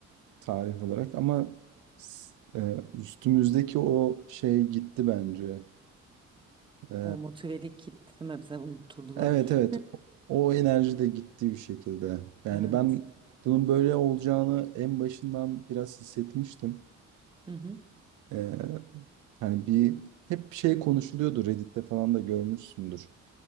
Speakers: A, on the right; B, on the right.
A: tarih olarak ama s- e, üstümüzdeki o şey gitti bence. E,
B: O motivelik kitlemi bize unutturdular.
A: evet evet o enerji de gitti bir şekilde. Yani
B: Evet.
A: ben bunun böyle olacağını en başından biraz hissetmiştim.
B: Hı hı.
A: Ee, hani bir hep şey konuşuluyordu Reddit'te falan da görmüşsündür.